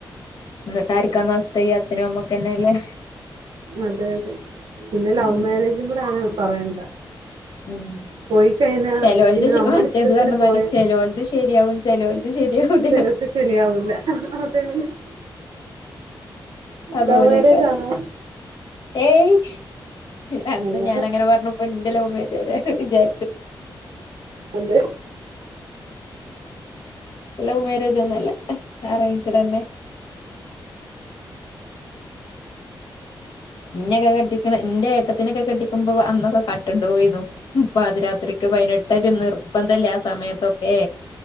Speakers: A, on the left (about 65°); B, on the right (about 80°).
A: എന്നിട്ട ആരിക്കാ നഷ്ടം ഈ അച്ഛനും അമ്മക്കന്നെയല്ലേ
B: അതെ അതെ പിന്നെ ലവ്
A: ഉം
B: മാരേജും കൂടെ ആണ് പറയണ്ട
A: ഉം
B: പോയി കഴിഞ്ഞാ
A: ചിലോൽത്
B: പിന്നെ നമ്മുടെ
A: മറ്റേത്
B: ഇഷ്ടത്തിന്
A: പറഞ്ഞമാതിരീ
B: പോയ
A: ചേലോൽതു ശരിയാവും ചേലോൽത് ശരിയാവില്ല
B: ചിലർക്ക് ശരിയാവൂല അതെ അതെ
A: അതുപോലെക്കര
B: ലവ് മാരേജ് ആണോ
A: ഏയ് ച്ച് അന്ന്
B: അല്ല
A: ഞാന് അങ്ങനെ പറഞ്ഞപ്പോ ന്റെ ലവ് മാര്യേജ് ജരേ വിചാ
B: അതെ
A: ലൗമ്യാരേജൊന്നു അല്ല. അറേൻജ്ടന്നെ. ഇന്നെക്കെ കെട്ടിക്കണ എന്റെ ഏട്ടത്തിനൊക്കെ കെട്ടിക്കുമ്പോ അന്നൊക്കെ കട്ടോണ്ട് വേന്നു പാതിരാത്രിക്ക് പതിനെട്ടല്ലേ നിർബന്ധല്ലേ ആഹ് സമയത്തൊക്കെ